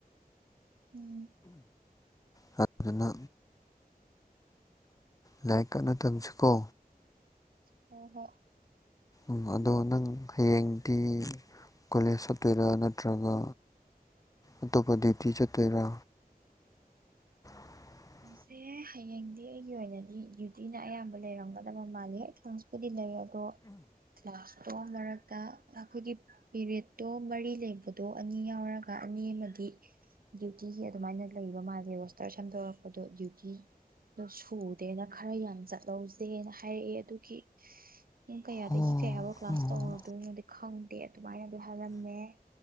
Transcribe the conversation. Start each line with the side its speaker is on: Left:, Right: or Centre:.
Right: ꯎꯝ
Left: ꯄꯥꯠ ꯐꯖꯅ ꯂꯥꯏꯔꯤꯛ ꯀꯟꯅ ꯇꯝꯁꯤꯀꯣ
Right: ꯍꯣ ꯍꯣꯏ
Left: ꯎꯝ ꯑꯗꯣ ꯅꯪ ꯍꯌꯦꯡꯗꯤ ꯀꯣꯂꯦꯖ ꯆꯠ ꯆꯠꯇꯣꯏꯔꯥ ꯅꯠꯇ꯭ꯔꯒ ꯑꯇꯣꯞꯄ ꯗ꯭ꯌꯨꯇꯤ ꯆꯠꯇꯣꯏꯔꯥ ꯇꯥꯕ ꯉꯝꯗꯕ
Right: ꯁꯦ ꯍꯌꯦꯡꯗꯤ ꯑꯩꯒꯤ ꯑꯣꯏꯅꯗꯤ ꯗ꯭ꯌꯨꯇꯤꯅ ꯑꯌꯥꯝꯕ ꯂꯩꯔꯝꯒꯗꯕ ꯃꯥꯂꯤ ꯑꯩ ꯀ꯭ꯂꯥꯁꯄꯨꯗꯤ ꯂꯩꯔ ꯑꯣ ꯀ꯭ꯂꯥꯁ ꯑꯣ ꯃꯔꯛꯇ ꯑꯩꯈꯣꯏꯒꯤ ꯄꯤꯔꯦꯠꯇꯣ ꯃꯔꯤ ꯂꯩꯕꯗꯣ ꯑꯅꯤ ꯌꯥꯎꯔꯒ ꯑꯅꯤ ꯑꯃꯗ ꯇꯤ ꯗ꯭ꯌꯨꯇꯤꯒꯤ ꯑꯗꯨꯃꯥꯏꯅ ꯂꯩꯕ ꯃꯥꯜꯂꯦ ꯔꯣꯁꯇꯔ ꯁꯦꯝꯗꯣꯔꯛꯄꯗꯣ ꯗ꯭ꯌꯨꯇꯤ ꯑꯣ ꯁꯨꯗꯦꯅ ꯈꯔ ꯌꯥꯝ ꯆꯠꯍꯧꯖꯦꯅ ꯍꯥꯏꯔꯛꯑꯦ ꯑꯗꯨꯒꯤ ꯄꯨꯡ ꯀꯌꯥꯗꯒꯤ
Left: ꯑꯣ
Right: ꯀꯌꯥꯐꯥꯎ ꯀ꯭ꯂꯥꯁ
Left: ꯑꯣ
Right: ꯇꯧꯔꯨꯗꯣꯏꯅꯣꯗꯤ ꯈꯪꯗꯦ ꯑꯗꯨꯃꯥꯏꯅꯗꯤ ꯍꯥꯏꯔꯝꯃꯦ